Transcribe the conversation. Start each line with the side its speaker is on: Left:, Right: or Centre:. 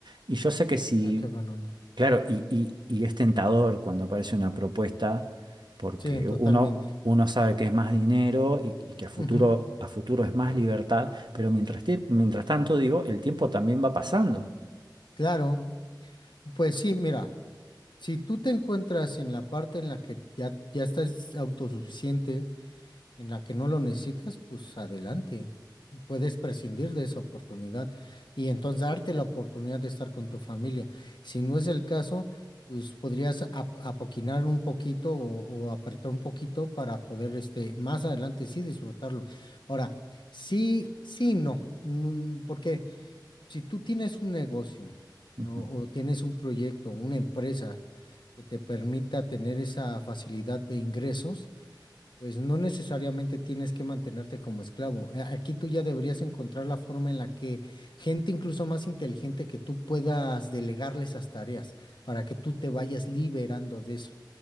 Right: Y yo sé que si
Left: Ah, qué buena onda.
Right: Claro, y, y- y es tentador cuando aparece una propuesta, porque
Left: Sí, totalmente.
Right: uno, uno sabe que es más dinero y, y que a futuro,
Left: Ujú,
Right: a futuro es más libertad, pero mientras, tie- mientras tanto, digo, el tiempo también va pasando.
Left: Claro. Pues sí, mira, si tú te encuentras en la parte en la que ya, ya estás autosuficiente, en la que no lo necesitas, pues adelante. Puedes prescindir de esa oportunidad y entonces darte la oportunidad de estar con tu familia. Si no es el caso, pues podrías ap- apoquinar un poquito o, o apretar un poquito para poder este, más adelante sí disfrutarlo. Ahora, sí, sí, no. Mm, Porque si tú tienes un negocio
Right: Ujú.
Left: o o tienes un proyecto, una empresa que te permita tener esa facilidad de ingresos, pues no necesariamente tienes que mantenerte como esclavo. A- Aquí tú ya deberías encontrar la forma en la que gente incluso más inteligente que tú puedas delegarle esas tareas para que tú te vayas liberando de eso.